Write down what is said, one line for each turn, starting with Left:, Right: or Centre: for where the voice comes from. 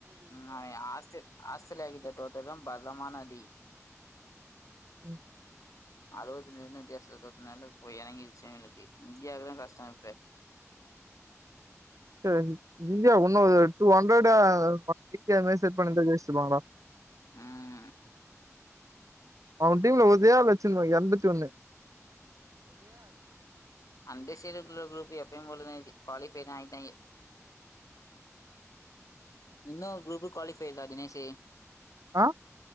Left: ம் ஆஸி ஆஸ்திரேலியா கிட்ட தோத்தது பங்கம்மா இ
Right: ம்
Left: அறுபத்தி எழுநூத்தி அபத்தி நாலல போய் எனங்கி விச்சயம இருக்கு இந்தியாவுக்குல்லான் கஷ்டம் இருப்ப
Right: செரி இந்தியா இன்னும் டூ ஹண்ட்ரெட் யா இந்தியவோ <unintelligible> ஜெயிச்சிருப்பாங்களா
Left: ம்
Right: அவன் டீம்ல பாத்தியா லட்ச எண்பத்தி ஒண்ணு
Left: அந்த சைடு குரூப் எப்பயும் போல தா இருக்கு குவாலிபய் ஆயிட்டாங்க இன்னும் குரூப்பு குவாலிஃபை யா தினேஷ்
Right: ஆ